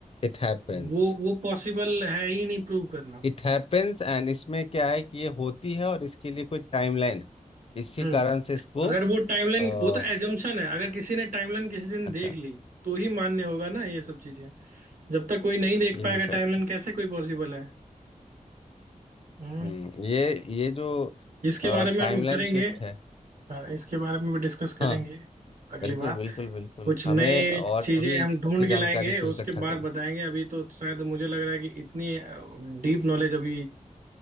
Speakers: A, on the left; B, on the right.
A: It happens
B: वो वो पॉसिबल है ही नहीं प्रूव करना
A: It happens and इसमें क्या है कि ये होती है और इसके लिए कोई टाइमलाइन है इसी
B: हम्म
A: कारण से इसको
B: अगर वो टाइमलाइन
A: अ,
B: वो तो एजम्पशन है अगर किसी ने टाइमलाइन किसी दिन
A: अच्छा
B: देख ली तो ही मान्य होगा ना ये सब चीजें जब तक कोई नहीं देख
A: ये
B: पाएगा
A: भी फैक्ट
B: टाइमलाइन
A: है
B: कैसे कोई पॉसिबल है हम्म
A: हम्म ये ये जो
B: इसके
A: टाइमलाइन
B: बारे में हम करेंगे
A: शिफ्ट है
B: हाँ, इसके बारे में भी डिस्कस करेंगे
A: हाँ
B: अगली
A: बिल्कुल
B: बार
A: बिल्कुल बिल्कुल
B: कुछ नए
A: हमें और
B: चीजें
A: भी
B: हम ढूंढ
A: अच्छी जानकारी
B: के लाएंगे
A: को इकट्ठा
B: उसके बाद
A: करनी
B: बताएंगे अभी तो शायद मुझे लग रहा है कि इतनी डीप नॉलेज अभी